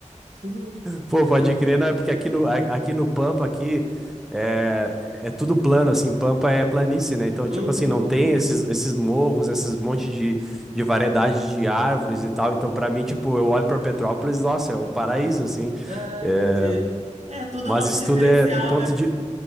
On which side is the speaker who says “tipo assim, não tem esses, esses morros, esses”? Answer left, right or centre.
Centre